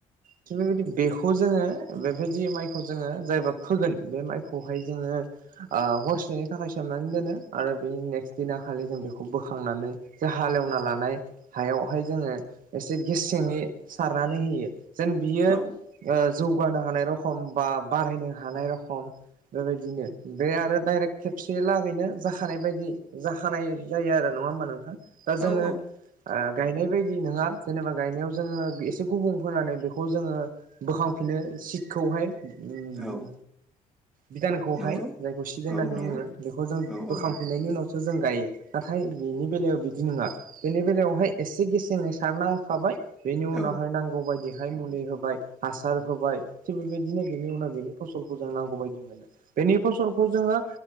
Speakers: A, on the right (about 65°); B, in the centre.
A: थिख बेबायदिनो बेखौ जोङो बेबायदि माइखौ जोङो जायबा फोगोन बे माइखौहाय जोङो ओ हरसेनि थाखाय सोमनानै दोनो आरो बेनि नेक्स्ट दिना खालि जों बेखौ बोखांनानै जा हालेवना लानाय हायावहाय जोङो एसे गेसेङै सारनानै होयो जेन बियो
B: औ
A: ओ जौगानो हानाय रखम बा बारायनो हानाय रखम बेबायदिनो बे आरो दडायरेक्ट खेबसे लागैनो जाखानाय बायदि जाखानाय जायो आरो नङा होमबा नोंथां दा जोङो
B: औ
A: ओ
B: औ
A: गायनाय बायदि नङा जेनेबा गायनायाव जोङो एसे गुबुं फोनानै बेखौ जोङो बोखांफिनो सिटखौहाय उम
B: औ
A: बिधानखौहाय
B: नंगौ
A: जायखौ सिद होन्नानै
B: औ नंगौ
A: बुङो बेखौ जों
B: औ
A: बोखांफिननायनि
B: औ
A: उनाव थ' जों गायो नाथाय बिनि बेलायाव बिदि नङा बेनि बेलायावहाय एसे गेसें सारना होखाबाय बेनि उनावहाय
B: औ
A: नांगौ बायदि बेहाय मुलि होबाय हासार होबाय थिग बेबायदिनो बेनि उनाव बेनि फसलखौ जों नांगौ बायदि मोनो बेनि फसलखौ जोङो